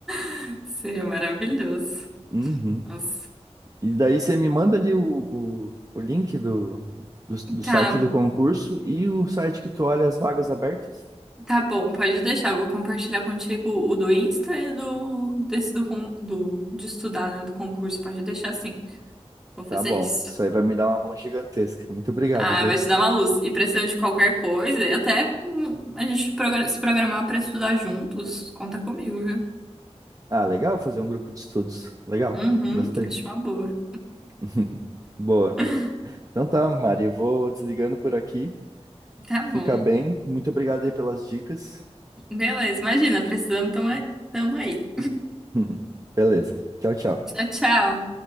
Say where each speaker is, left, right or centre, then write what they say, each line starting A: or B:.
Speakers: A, in the centre; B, on the right (about 30°).
A: <laughs> Seria maravilhoso.
B: Uhum.
A: Nossa.
B: E daí você me manda ali o, o, o link do, do, do
A: Tá,
B: site do concurso e o site que tu olha as vagas abertas?
A: tá bom, pode deixar. Vou compartilhar contigo o do Insta e do desse do, con- do de estudar, né, do concurso. Pode deixar assim. Vou fazer
B: Tá bom.
A: isso.
B: Isso aí vai me dar uma mão gigantesca. Muito obrigado,
A: Ah,
B: viu?
A: vai te dar uma luz. E precisando de qualquer coisa, e até hum, a gente progra- se programar pra estudar juntos, conta comigo, viu?
B: Ah, legal fazer um grupo de estudos. Legal.
A: Uhum,
B: Gostei.
A: acho uma boa.
B: <laughs> Boa.
A: <laughs>
B: Então tá, Mari, eu vou desligando por aqui
A: Tá bom.
B: Fica bem. Muito obrigado aí pelas dicas.
A: Beleza, imagina, precisamos, tamo, aí- tamo aí.
B: <laughs> Beleza. Tchau, tchau.
A: Tchau, tchau.